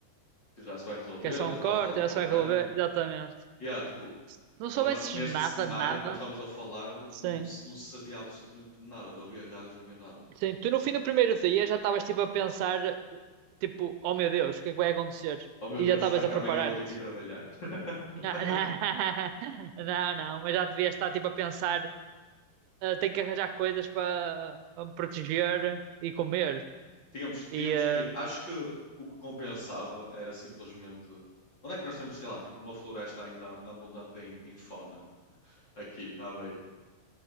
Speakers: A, on the left; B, on the right.
A: que já se vai resolver,
B: Que é só
A: já se
B: um
A: está
B: corte,
A: a falar
B: já
A: com
B: se
A: a
B: vai
A: RAN.
B: resolver. Exatamente.
A: E há, tipo,
B: Se não
A: não-
B: soubesses
A: na- neste
B: nada,
A: cenário
B: nada.
A: que nós estamos a falar,
B: Sim.
A: não, se- não se sabia absolutamente nada, não havia rádios, não havia nada.
B: Sim, tu no fim do primeiro dia já estavas tipo a pensar, tipo, oh meu Deus, o que é que vai acontecer?
A: Oh meu
B: E
A: Deus,
B: já estavas
A: será que
B: a preparar-te.
A: amanhã vou ter que ir trabalhar? <laughs>
B: Não, <laughs> não, não, mas já devias estar tipo a pensar, "Ah, tenho que arranjar coisas para para me proteger e comer.
A: Tínhamos,
B: E
A: tínhamos
B: ah,
A: que ir. Acho que o que compensava era simplesmente. Onde é que nós temos, sei lá, tipo, uma floresta ainda abundante em, em fauna aqui à beira?